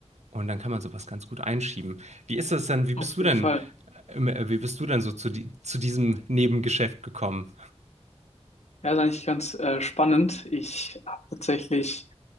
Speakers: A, on the right (about 85°); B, on the left (about 75°).
A: und dann kann man sowas ganz gut einschieben. Wie ist das denn? Wie bist
B: Auf
A: du
B: jeden
A: denn,
B: Fall.
A: ähm, äh, wie bist du denn so zu, die, zu diesem Nebengeschäft gekommen?
B: Ja, ist eigentlich ganz äh, spannend. Ich habe tatsächlich,